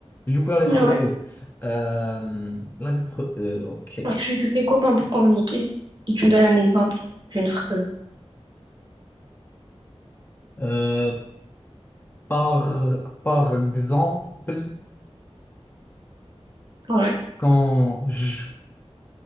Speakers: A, on the left (about 20°); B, on the right (about 45°).
A: Du coup, la lettre
B: Ouais.
A: E. Euh, la lettre E, ok.
B: Alors tu, tu fais comment pour communiquer? Et tu me donnes un exemple d'une phrase.
A: Euh, par, par exemple,
B: Ouais.
A: quand je